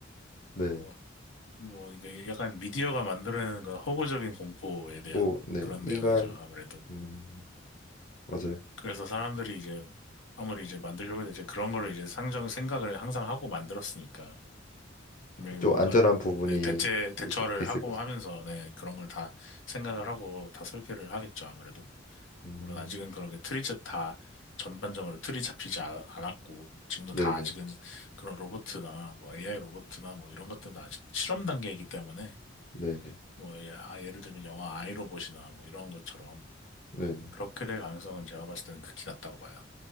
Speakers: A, on the left (about 45°); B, on the left (about 85°).
A: 네,
B: 뭐, 뭐, 이게 약간 미디어가 만들어내는 그 허구적인 공포에 대한
A: 뭐, 네,
B: 그런
A: 인간,
B: 내용이죠, 아무래도.
A: 음, 맞아요.
B: 그래서 사람들이 이제, 아무리 이제 만들려고 해도 이제 그런 거를 이제 상정, 생각을 항상 하고 만들었으니까. 분명히
A: 좀
B: 뭔가,
A: 안전한 부분이
B: 네, 대체, 대처를
A: 있,
B: 하고
A: 을 거지.
B: 하면서, 네, 그런 걸 다 생각을 하고 다 설계를 하겠죠, 아무래도.
A: 음,
B: 물론 아직은 그렇게 틀이 자- 다 전반적으로 틀이 잡히지 아- 않았고 지금도
A: 네네,
B: 다 아직은 그런 로봇이나 뭐 AI 로봇이나 뭐 이런 것들도 아직 실험 단계이기 때문에
A: 네네,
B: 뭐 예- 아, 예를 들면 영화 아이로봇이나 뭐 이런 것처럼
A: 네네.
B: 그렇게 될 가능성은 제가 봤을 때는 극히 낮다고 봐요.